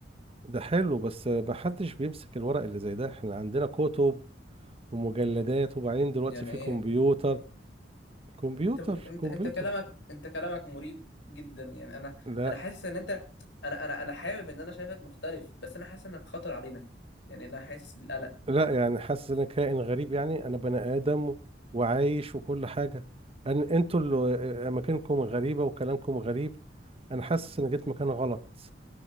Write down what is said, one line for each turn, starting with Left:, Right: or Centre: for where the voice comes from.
Right: ده حلو بس محدش بيمسك الورق اللي زي ده احنا عندنا كتب ومجلدات وبعدين دلوقتي
Left: يعني
Right: في
Left: ايه
Right: كمبيوتر كمبيوتر
Left: انت انت
Right: كمبيوتر
Left: انت كلامك انت كلامك مريب جدا يعني انا
Right: لا
Left: انا حاسس ان انت انا انا انا حابب ان انا شايفك مختلف بس انا حاسس انك خطر علينا يعني انا حاسس بالقلق
Right: لا يعني حاسس ان انا كائن غريب يعني انا بني ادم وعايش وكل حاجه انا انتوا اللي مكانكم غريبه وكلامكم غريب انا حاسس ان جيت مكان غلط